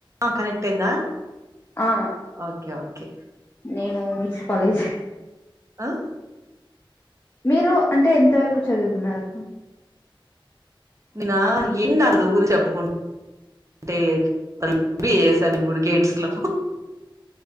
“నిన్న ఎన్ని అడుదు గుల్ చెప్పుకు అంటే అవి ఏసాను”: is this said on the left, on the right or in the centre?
Right